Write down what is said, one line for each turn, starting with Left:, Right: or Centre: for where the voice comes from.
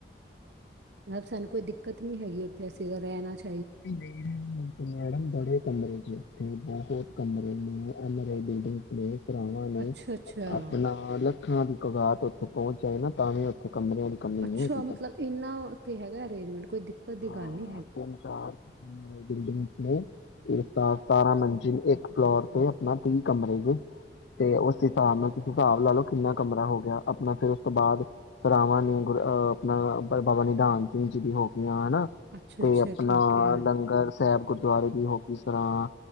Right: ਮਤਲਬ ਸਾਨੂੰ ਕੋਈ ਦਿੱਕਤ ਨੀ ਹੈਗੀ ਉੱ ਤੇ ਅਸੀ ਜੇ ਰਹਿਣਾ ਚ
Left: ਨਈ ਨਈ, ਮੈਡਮ ਬੜੇ ਕਮਰੇ ਜੇ ਉਥੇ, ਬਹੁਤ ਕਮ ਰੇ, ਉਹਨਾਂ ਦਾ ਈ ਬਿਲਡੀਗ ਪਲੇ ਰਾਵਾਂ ਨੇ,
Right: ਅੱਛਾ ਅੱਛਾ
Left: ਆਪਣਾ ਲੱਖਾਂ ਦੀ ਕਗਾਤ ਉੱਥੇ ਪਹੁੰਚ ਜਾਂਦੇ ਨਾ ਤਾਂ ਵੀ ਉੱਥੇ ਕਮਰਿਆਂ ਦੀ ਕਮੀ
Right: ਅੱਛਾ,
Left: ਨਹੀਂ ਹੁੰਦੀ
Right: ਮਤਲਬ
Left: ਤਾਂ।
Right: ਇਹਨਾਂ ਤੇ ਹੈਗਾ ਅਰੇਂਜਮੈਂਟ? ਕੋਈ ਦਿੱਕਤ। ਦੀ
Left: ਹਾਂ
Right: ਗੱਲ ਨਹੀਂ ਹੈਗੀ
Left: ਤਿੰਨ ਚਾਰ ਬਿਲਡਿੰਗ ਨੇ ਇੱਕ ਸਤਾਰਾਂ ਮੰਜ਼ਲੀ ਹੈ। ਇੱਕ ਫਲੋਰ ਤੇ ਆਪਣਾ ਤਿੰਨ ਕਮਰੇ ਨੇ ਤੇ ਉਸ ਹਿਸਾਬ ਨਾਲ ਹਿਸਾਬ ਨਾਲ ਤੁਸੀਂ ਹਿਸਾਬ ਲਾ ਲਓ ਕਿੰਨਾ ਕਮਰਾ ਹੋ ਗਿਆ ਆਪਣਾ ਫਿਰ ਉਸ ਤੋਂ ਬਾਅਦ ਸਰਾਵਾਂ ਨੇ ਆਪਣਾ ਬਾਬਾ ਨਿਧਾਨ ਸਿੰਘ ਜੀ ਦੀ ਹੋ ਹਨਾ
Right: ਅੱਛਾ ਅੱਛਾ
Left: ਤੇ ਆਪਣਾ
Right: ਠੀਕ ਹੈ
Left: ਲੰਗਰ ਸਾਹਿਬ ਗੁਰ। ਗੁਰਦੁਆਰੇ ਵੀ ਹੋ ਗਈ ਸਰਾਂ